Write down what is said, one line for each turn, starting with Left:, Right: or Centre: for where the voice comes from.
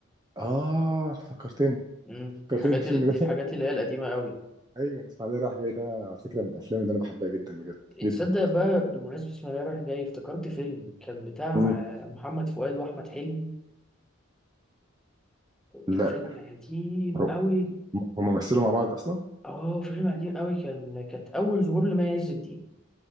Right: اه انت فكرتني
Centre: امم
Right: فكرتني
Centre: الحاجات
Right: بالفيلم
Centre: ال... دي
Right: ده
Centre: الحاجات اللي هي القديمه قوي
Right: <laughs> ايوه الاسماعيليه رايح جاي ده على فكره من الافلام اللي انا بحبها جدا بجد جدا
Centre: تصدق بقى بمناسبه اسماعيليه رايح جاي افتكرت فيلم كان بتاع
Right: مم.
Centre: آه، محمد فؤاد واحمد حلمي
Right: لا
Centre: كان فيلم قديم
Right: هم
Centre: قوي
Right: هم مثلوا مع بعض اصلا
Centre: اه فيلم قديم قوي كان كانت اول ظهور لمي عز الدين